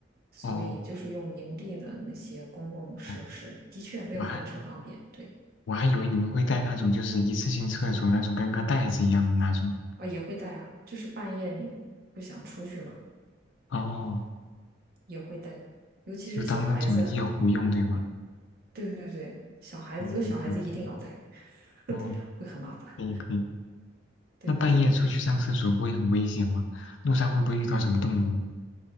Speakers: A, on the right; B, on the left.
A: 所以就是用营地的那些公共设施，
B: 哦哦，
A: 的确没有房车方便。
B: 我还
A: 对
B: 我还以为你们会带那种就是一次性厕所那种跟个袋子一样的那种。
A: 啊，也会带啊，就是半夜你不想出去嘛，
B: 哦，
A: 也会带的。尤其是小孩子，
B: 就当那种夜壶用，对吧？
A: 对对对，小孩子有小孩子一定要带，
B: 哦，OK OK，
A: <laughs>
B: 哦，
A: 会很麻烦。
B: 可以可以。
A: 对对对，
B: 那半夜出去上厕所不会很危险吗？路上会不会遇到什么动物？